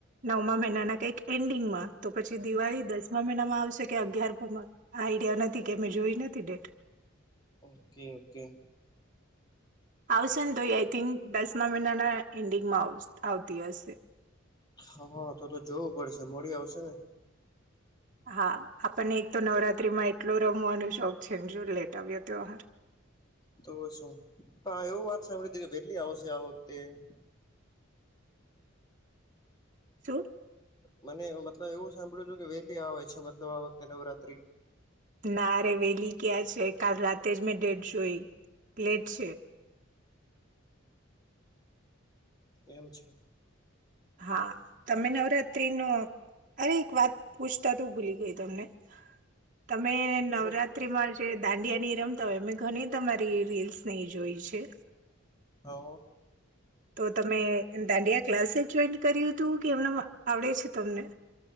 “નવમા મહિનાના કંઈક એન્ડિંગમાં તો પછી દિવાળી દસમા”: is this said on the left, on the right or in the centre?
Right